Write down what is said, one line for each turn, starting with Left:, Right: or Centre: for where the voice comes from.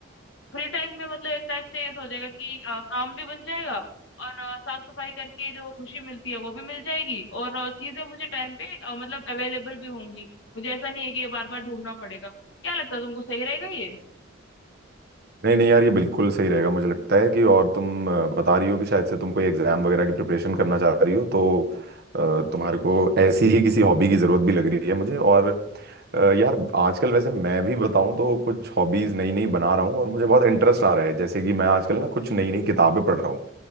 Left: फ्री टाइम में मतलब एक टाइप से ऐसा हो जाएगा कि अ, काम भी बन जाएगा और अ, साफ सफाई करके जो खुशी मिलती है वो भी मिल जाएगी और अ, चीजें मुझे टाइम पे अ, मतलब अवेलेबल भी होंगी मुझे ऐसा नहीं है कि ये बार बार ढूंढना पड़ेगा क्या लगता है तुमको सही रहेगा ये
Right: नहीं नहीं यार ये बिल्कुल सही रहेगा मुझे लगता है कि और तुम अ, बता रही हो कि शायद से तुम कोई एग्जाम वगैरह की प्रिपरेशन करना चाह रही हो तो अ, तुम्हारे को ऐसी ही किसी हॉबी की जरूरत भी लग रही है मुझे और अ, यार आजकल वैसे मैं भी बताऊं तो कुछ हॉबीज नई नई बना रहा हूँ और मुझे बहुत इंटरेस्ट आ रहा है जैसे कि मैं आजकल ना कुछ नई नई किताबें पढ़ रहा हूँ